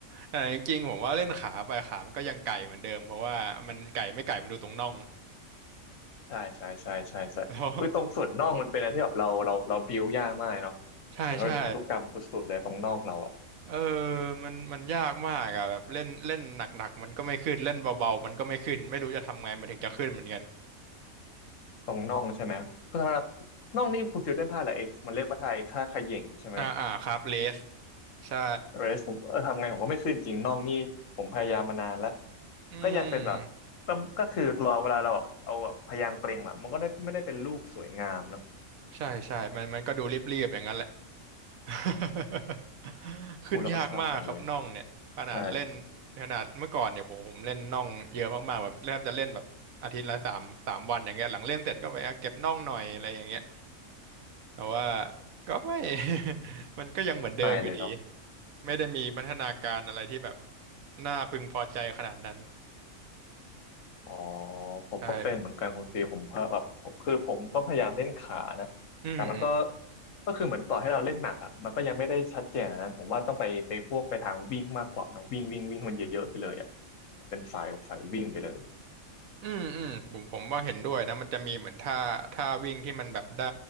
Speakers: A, on the right; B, on the left.
A: แต่จริงๆผมว่าเล่นขาไปขามันก็ยังไก่เหมือนเดิมเพราะว่ามันไก่ไม่ไก่มันดูตรงน่อง
B: <laughs> ใช่ใช่ใช่ใช่ใช่คือตรงส่วนน่องมันเป็นอะไรที่แบบเราเราเราบิวยากมากเนาะ
A: <laughs> แล้วใช่ใช่
B: มันก็เป็นพันธุกรรมสุดๆเลยตรงน่องเราอะ
A: เออมันมันยากมากอะแบบเล่นเล่นหนักๆมันก็ไม่ขึ้นเล่นเบาๆมันก็ไม่ขึ้นไม่รู้จะทำไงมันถึงจะขึ้นเหมือนกัน
B: ตรงน่องใช่ไหมคือธรรมดาน่องนี่คุณฟิลเล่นท่าอะไรเอกมันเรียกว่าท่าไอ้ท่าเขย่งใช่ไหม
A: อ่าอ่าครับเลสใช่
B: เรสผมเออทำไงผมก็ไม่ขึ้นจริงน่องนี่ผมพยายามมานานแล้ว
A: อืม
B: ก็ยังเป็นแบบก็ก็คือรอเวลาเราแบบเอาแบบพยางค์เปล่งอะมันก็ได้ไม่ได้เป็นลูกสวยงามเนาะ
A: ใช่ใช่มันมันก็ดูเรียบๆอย่างนั้นแหละ <laughs> ขึ้นยากมากครับน่องเนี่ยขนาดเล่น
B: พูดแล้วก็เศร้าจังเลยใช่
A: ขนาดเมื่อก่อนเนี่ยผมผมเล่นน่องเยอะมากๆแบบแทบจะเล่นแบบอาทิตย์ละสามสามวันอย่างเงี้ยหลังเล่นเสร็จก็ไปอ่ะเก็บน่องหน่อยอะไรอย่างเงี้ยแต่ว่าก็ไม่ <laughs> มันก็ยังเหมือนเดิมอยู่ดี
B: ไม่เลยเนาะ
A: ไม่ได้มีพัฒนาการอะไรที่แบบน่าพึงพอใจขนาดนั้น
B: อ๋อผมก็เป็นเหมือนกันคุณตีผมก็แบบคือผมก็พยายามเล่นขานะแต่มันก็
A: ใช่อืม อืม
B: ก็คือเหมือนต่อให้เราเล่นหนักอ่ะมันก็ยังไม่ได้ชัดเจนอะนะผมว่าต้องไปไปพวกไปทางวิ่งมากกว่านะวิ่งวิ่งวิ่งมันเยอะๆไปเลยอ่ะเป็นสายสายวิ่งไปเลย
A: อืมอืมผมผมว่าเห็นด้วยนะมันจะมีเหมือนท่าท่าวิ่งที่มันแบบได้